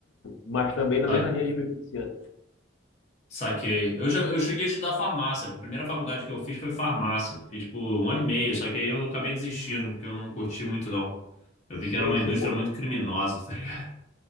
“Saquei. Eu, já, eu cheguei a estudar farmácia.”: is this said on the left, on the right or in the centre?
Left